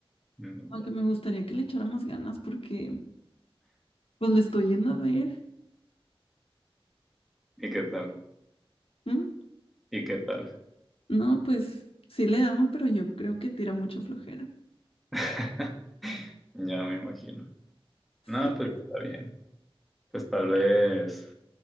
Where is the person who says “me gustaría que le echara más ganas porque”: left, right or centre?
Left